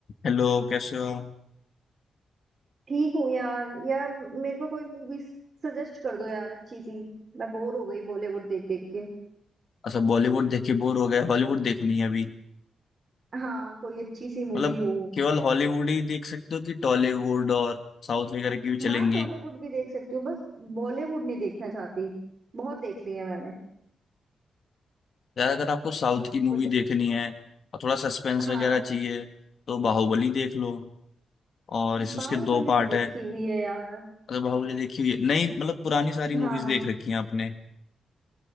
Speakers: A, on the left; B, on the right.
A: Hello कैसे हो आप?
B: ठीक हूँ यार यार मेरे को कोई मूवी सजेस्ट कर दो यार अच्छी सी मैं बोर हो गई बॉलीवुड देख देख के
A: अच्छा बॉलीवुड देख के बोर हो गया हॉलीवुड देखनी है अभी
B: हाँ कोई अच्छी सी मूवी
A: मतलब
B: हो
A: केवल हॉलीवुड ही देख सकते हो कि टॉलीवुड और साउथ वगैरह की भी चलेंगी
B: हाँ टॉलीवुड भी देख सकती हूँ बस बॉलीवुड नहीं देखना चाहती बहुत देख लिया मैंने
A: यार अगर आपको साउथ की मूवी
B: कुछ
A: देखनी है और थोड़ा सस्पेंस
B: हाँ
A: वगैरह चाहिए तो बाहुबली देख लो और इस उसके
B: बाहुबली
A: दो पार्ट
B: तो देखी
A: है
B: हुई है यार
A: मतलब बाहुबली देखी हुई है नहीं मतलब पुरानी सारी मूवीज
B: हाँ
A: देख रखी हैं आपने